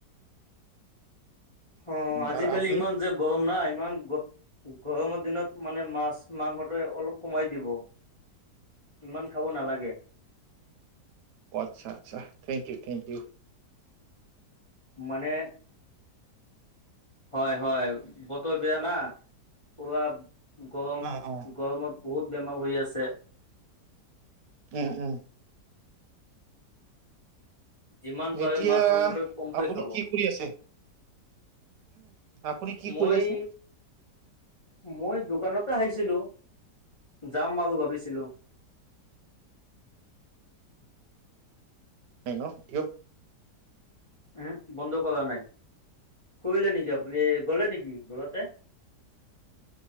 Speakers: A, on the left; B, on the right.
A: অ'
B: উম,
A: আজিকালি
B: আৰু আপুনি
A: ইমান যে গৰম নাই ইমান গৰমৰ দিনত মানে মাছ মাংসটো মানে অলপ কমাই দিব। ইমান খাব নালাগে।
B: অ' আচ্ছা আচ্ছা থেংক ইউ থেংক ইউ।
A: মানে হয় হয় বতৰ বেয়া না পোৰা গৰম
B: অ অ
A: গৰমত বহুত বেমাৰ হৈ আছে।
B: উম, উম।
A: যিমান পাৰে
B: এতিয়া
A: মাছ মাংসটো কমকৈ
B: আপুনি
A: খাব।
B: কি কৰি আছে আপুনি কি কৰি
A: মই
B: আছে
A: মই দোকানতে আহিছিলো যাম আৰু ভাবিছিলো।
B: নাই ন থিয়
A: উ, বন্ধ কৰা নাই কৰিলে নেকি আপুনি গ'লে নেকি ঘৰতে?